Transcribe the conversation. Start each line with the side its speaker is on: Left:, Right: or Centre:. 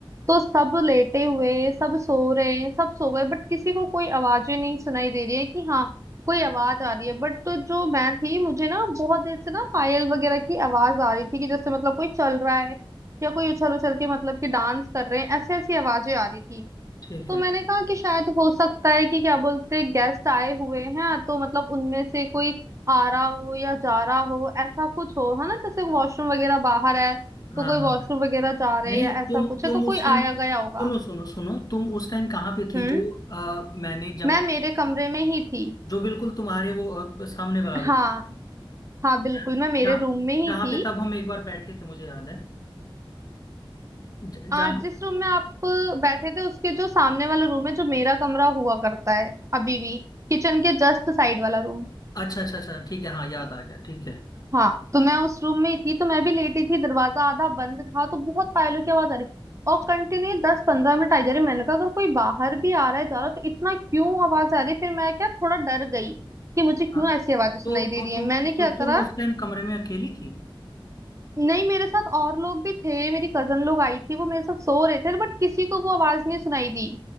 Right: तो सब लेटे हुए सब सो रहे हैं सब सो गए बट किसी को कोई आवाजें नहीं सुनाई दे रही है कि हाँ कोई आवाज आ रही है बट तो जो मैं थी मुझे ना बहुत देर से ना पायल वगैरह की आवाज आ रही थी कि जैसे मतलब कोई चल रहा है या कोई उछल उछल के मतलब कि डांस कर रहे हैं ऐसे ऐसी आवाजें आ रही थी
Left: ठीक
Right: तो
Left: है
Right: मैंने कहा कि शायद हो सकता है कि क्या बोलते गेस्ट आए हुए हैं तो मतलब उनमें से कोई आ रहा हो या जा रहा हो ऐसा कुछ हो है ना जैसे वॉशरूम वगैरह बाहर है तो
Left: हाँ
Right: कोई
Left: हाँ
Right: वॉशरूम
Left: हाँ।
Right: वगैरह जा रहे
Left: नहीं
Right: हैं या ऐसा
Left: तुम
Right: कुछ
Left: तुम
Right: है तो कोई
Left: उस
Right: आया
Left: टाइम
Right: गया होगा
Left: सुनो सुनो सुनो तुम उस टाइम कहाँ पे थी
Right: हम्म
Left: जो अ, मैंने जब
Right: मैं
Left: हम
Right: मेरे कमरे में ही थी
Left: जो बिल्कुल तुम्हारे वो अ, सामने वाला
Right: हाँ
Left: रूम
Right: हाँ बिल्कुल
Left: है
Right: मैं मेरे
Left: जहाँ
Right: रूम में ही
Left: जहाँ
Right: थी
Left: पे तब हम एक बार बैठे थे मुझे याद है ज-
Right: आज
Left: जहाँ
Right: जिस रूम में आप बैठे थे उसके जो सामने वाला रूम है जो मेरा कमरा हुआ करता है अभी भी किचन के जस्ट साइड वाला रूम
Left: अच्छा अच्छा अच्छा ठीक है हाँ याद आ गया ठीक है
Right: हाँ तो मैं उस रूम में ही थी तो मैं भी लेटी थी दरवाजा आधा बंद था तो बहुत पायलों की आवाज आ रही और कंटिन्यू दस पंद्रह मिनट आई जा रही मैंने कहा अगर कोई बाहर भी आ रहा है जा रहा है तो इतना क्यों आवाज आ रही है? फिर मैं क्या थोड़ा डर गई कि मुझे क्यों
Left: हाँ
Right: ऐसी आवाजें सुनाई
Left: तो
Right: दे
Left: तो
Right: रही
Left: तुम
Right: है मैंने क्या
Left: तो
Right: करा
Left: तुम उस टाइम कमरे में अकेली थी
Right: नहीं मेरे साथ और लोग भी थे मेरी कजन लोग आई थी वो मेरे साथ सो रहे थे बट किसी को वो आवाज नहीं सुनाई दी